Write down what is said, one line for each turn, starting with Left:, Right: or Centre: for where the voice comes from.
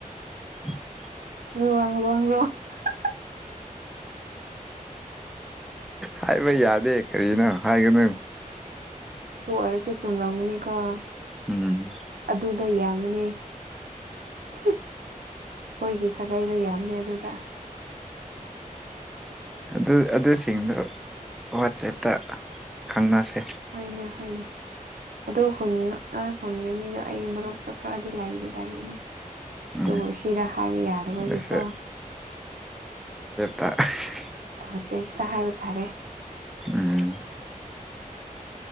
Centre: <inaudible>
Right: ꯍꯜ ꯋꯥꯡ ꯋꯥꯡ ꯔꯣ <unintelligible>
Centre: ꯍꯥꯏꯕ ꯌꯥꯗꯦ ꯀꯔꯤꯅꯣ ꯍꯥꯏꯒꯅꯨ
Right: ꯑꯗꯨ ꯑꫭꯢꯔꯁꯨ ꯆꯨꯝꯂꯝꯒꯅꯤꯀꫭ
Centre: ꯎꯝ
Right: ꯑꯗꯨꯗ ꯌꯥꯝꯕꯅꯦ ꯑꯩꯈꯣꯏꯒꯤ ꯁꯥꯒꯩꯗꯣ ꯌꯥꯝꯕꯅꯦ ꯑꯗꯨꯗ
Centre: ꯑꯗꯨ ꯑꯗꯨꯁꯤꯡꯗꯨ ꯋꯥꯆꯦꯞꯇ ꯈꯪꯅꯁꯦ
Right: ꯍꫭꯏꯅꯦ ꯍꫭꯏꯅꯦ ꯑꯗꯨ ꯈꯨꯟ ꯅꯣꯏ ꯈꯨꯟꯒꯤ ꯃꯤꯗꯣ ꯑꯩꯒꯤ ꯃꯔꯨꯞꯁꯨ ꯈꯔꯗꯤ ꯂꯩꯗꯤ ꯂꯩꯕꯅꯦ
Centre: ꯎꯝ
Right: ꯑꯗꯨꯕꯨ ꯁꯤꯗ ꯍꯥꯏꯕ ꯌꯥꯗꯕꯒꯤꯀꯣ
Centre: ꯑꯗꯨꯁꯨ ꯀ <unintelligible>
Right: ꯑꯥ ꯇꯦꯛꯁꯇ ꯍꯥꯏꯕ ꯇꯥꯔꯦ
Centre: ꯎꯝ